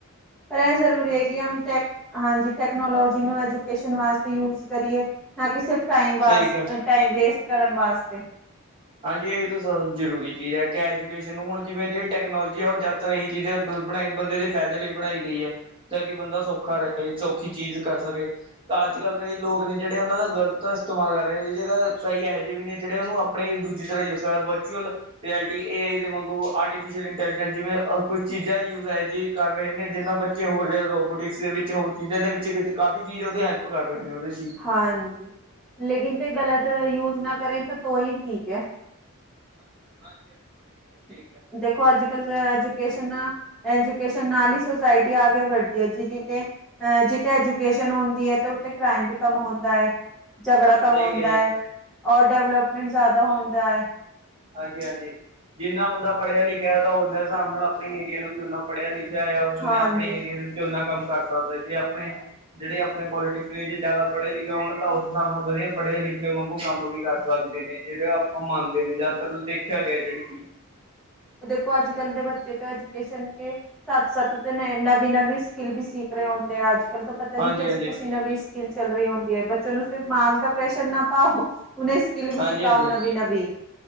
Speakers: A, in the centre; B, on the right.
A: ਪਰ ਇਹ ਜ਼ਰੂਰੀ ਹੈ ਕਿ ਹ ਟੈਕ। ਹਾਂਜੀ ਟੈਕਨੋਲੋਜੀ ਨੂੰ ਐਜੂਕੇਸ਼ਨ ਵਾਸਤੇ ਯੂਜ ਕਰੀਏ ਨਾ ਕਿ ਸਿਰਫ ਟਾਈਮ ਵਾਸਤੇ।
B: ਸਹੀ ਕਿਹਾ
A: ਟਾਈਮ ਵੇਸਟ ਕਰਨ ਵਾਸਤੇ।
B: ਹਾਂਜੀ ਇਹ ਤਾਂ ਜ਼ਰੂਰੀ ਚੀਜ਼ ਹੈ ਕਿ ਐਜੂਕੇਸ਼ਨ ਨੂੰ ਹੁਣ ਜਿਵੇਂ ਜਿਹੜੀ ਟੈਕਨੋਲੋਜੀ ਆ ਉਹ ਜਦ। ਇਹੀ ਚੀਜ਼ਾਂ ਬਣਾਈ ਬੰਦੇ ਦੇ ਫਾਇਦੇ ਲਈ ਬਣਾਈ ਗਈ ਹੈ ਤਾਂ ਕਿ ਬੰਦਾ ਸੌਖਾ ਰਹੇ। ਸੌਖ, ਔਖੀ ਚੀਜ਼ ਕਰ ਸਕੇ, ਤਾਂ ਅੱਜ ਕੱਲ੍ਹ ਕਈ ਲੋਕ ਨੇ। ਜਿਹੜੇ ਉਹਨਾਂ ਦਾ ਗਲਤ ਇਸਤੇਮਾਲ ਕਰ ਰਹੇ ਉਹਦੀ ਜਗ੍ਹਾ ਕਈ ਇਹੋ ਜਹੇ ਵੀ ਨੇ ਜਿਹੜੇ ਉਹਨੂੰ। ਆਪਣੇ ਦੂਜੀ ਤਰ੍ਹਾਂ ਯੂਜ ਕਰ ਵਰਚੁਅਲ ਰਿਐਲਟੀ ਏ ਆਈ ਦੇ ਵਾਂਗੂ ਆਰਟੀਫਿਸ਼ਲ ਇੰਟੈਲੀਜੈਂਸ ਜਿਵੇਂ ਕੁਛ। ਚੀਜ਼ਾਂ ਯੂਜ਼ ਐ ਜਿਹੀ ਕਰ ਰਹੇ ਨੇ ਜਿਨਾਂ ਬੱਚੇ ਹੋਰ ਜ ਰੋਬੋਟਿਕਸ ਦੇ ਵਿੱਚ ਹੋਰ ਚੀਜ਼ਾਂ ਦੇ ਵਿੱਚ। ਕਾਫੀ ਚੀਜ਼ ਉਹਦੇ ਹੈਲਪ ਕਰ ਰਹੇ ਨੇ ਉਹਦੇ ਚ।
A: ਹਾਂਜੀ ਲੇਕਿਨ ਤੇ ਗਲਤ ਯੂਜ ਨਾ ਕਰੇ ਤਾਂ ਤੋਂ ਹੀ ਠੀਕ ਹੈ। ਹਾਂਜੀ ਹਾਂਜੀ ਸਹੀ ਕਿਹਾ ਦੇਖੋ ਅੱਜ ਕਲ ਐਜੂਕੇਸ਼ਨ। ਐਜੂਕੇਸ਼ਨ ਨਾਲ ਹੀ ਸੁਸਾਇਟੀ ਆਗੇ ਬੜਤੀ ਹੈ ਜੀ ਜਿੇ। ਜਿੱਥੇ ਐਜੂਕੇਸ਼ਨ ਹੁੰਦੀ ਹੈ ਤੇ ਉੱਥੇ ਕ੍ਰਾਈਮ ਵੀ। ਕਮਾਉਂਦਾ ਏ, ਝਗੜਾ ਕਮਾਉਂਦਾ
B: ਸਹੀ ਕਿਹਾ ਜੀ
A: ਏ, ਔਰ ਡਿਵਲਪਮੈਂਟ ਜ਼ਿਆਦਾ ਹੁੰਦਾ ਏ।
B: ਹਾਂਜੀ -ਹਾਂਜੀ ਜਿੰਨਾ ਬੰਦਾ ਪੜ੍ਹਿਆ ਲਿਖਿਆ ਤਾਂ ਉਹਨਾਂ ਹਿਸਾਬ ਨਾਲ ਆਪਣੇ ਏਰੀਆ ਨੂੰ ਵੀ ਉਹਨਾ ਪੜਿਆ ਲਿਖ। ਉਹੇ
A: ਹਾਂਜੀ
B: ਆਪਣੇ ਏਰੀਏ ਦੇ ਵਿੱਚ ਓਨਾ ਕੰਮ ਕਰ ਸਕਦੇ ਜੇ ਆਪਣੇ ਜਿਹੜੇ ਆਪਣੇ ਪੋਲੀਟਿਕਸ ਨੇ ਜੇ, ਜ਼ਿਆਦਾ ਪੜ੍ਹੇ ਲਿਖੇ ਹੋਣ ਤਾਂ ਉਸ ਹਿਸਾਬ ਨਾਲ ਵਧੀਆ ਪੜ੍ਹੇ ਲਿਖੇ ਵਾਂਗੂ ਕੰਮ ਵੀ ਕਰ ਸਕਦੇ ਨੇ। ਜਿਹੜੇ ਆਪਾਂ ਮੰਨਦੇ ਨੇ ਜਾਂ, ੰ <unintelligible> ਰਖਿਆ ਗਿਆ ਜਿਹੜੀ ਚੀਜ਼।
A: ਦੇਖੋ ਅੱਜ -ਕੱਲ੍ਹ ਦੇ ਬੱਚੇ ਤੋਂ ਐਜੂਕੇਸ਼ਨ ਕੇ। ਸੱਤ ਸੱਤ ਤੇ ਨਵੀਂ ਨਵੀਂ ਸਕਿੱਲ ਵੀ ਸਿੱਖ ਰਹੇ ਹੁੰਦੇ ਆ ਅੱਜ ਕੱਲ ਤਾਂ ਪਤਾ
B: ਹਾਂਜੀ-ਹਾਂਜੀ,
A: ਨੀ ਕੀ ਅਸੀਂ ਕਿਸੇ ਨਵੀਂ। ਚੱਲ ਰਹੀ ਹੁੰਦੀ ਹੈ ਬੱਚੇ ਨੂੰ ਸਿਰਫ਼ ਮਾਰਕਸ ਦਾ ਪ੍ਰੈਸ਼ਰ ਨਾ ਪਾਓ। ਉਹਨੇ, ਸਕਿਲ ਵੀ
B: ਹਾਂਜੀ-ਹਾਂਜੀ।
A: ਸਿਖਾਓ ਨਵੀ -ਨਵੀ।